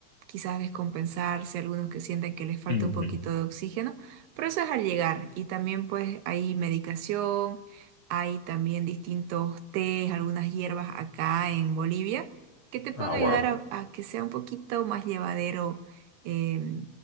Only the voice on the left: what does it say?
Ujú.
Ah,
wow,